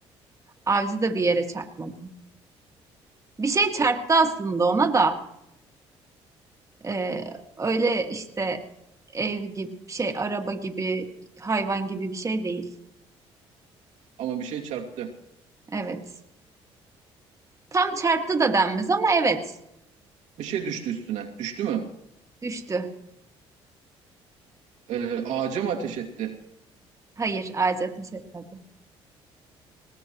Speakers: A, on the right; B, on the right.
A: Avcı da bir yere çarpmadı. Bir şey çarptı aslında ona da. Ee, öyle işte ev gibi şey, araba gibi, hayvan gibi bir şey değil.
B: Ama bir şey çarptı.
A: Evet. Tam çarptı da denmez ama evet.
B: Bir şey düştü üstüne. Düştü mü?
A: Düştü.
B: Ee, ağaca mı ateş etti?
A: Hayır, ağaca ateş etmedi.